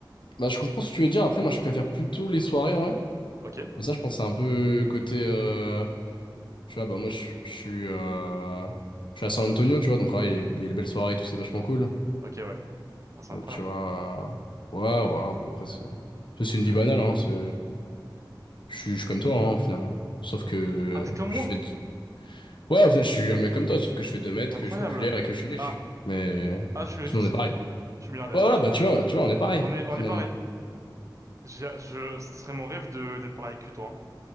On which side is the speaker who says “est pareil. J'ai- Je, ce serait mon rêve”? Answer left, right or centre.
Right